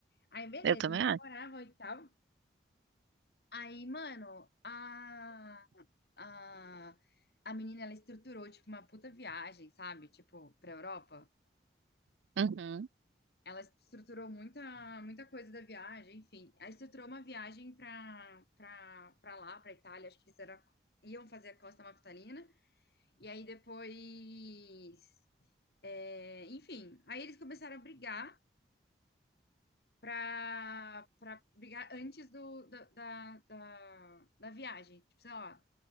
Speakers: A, on the left; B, on the right.
A: Aí, beleza,
B: Eu também
A: eles namoravam
B: acho.
A: e tal. Aí, mano, a, a, a menina, ela estruturou, tipo, uma puta viagem, sabe? Tipo, pra Europa.
B: Uhum.
A: Ela estruturou muita, muita coisa da viagem, enfim. Ela estruturou uma viagem pra, pra, pra lá, pra Itália. Acho que eles era, iam fazer a Costa Amalfitalina. E aí, depois... é, enfim, aí eles começaram a brigar pra, pra brigar antes do, da, da, da, da viagem. Tipo, sei lá,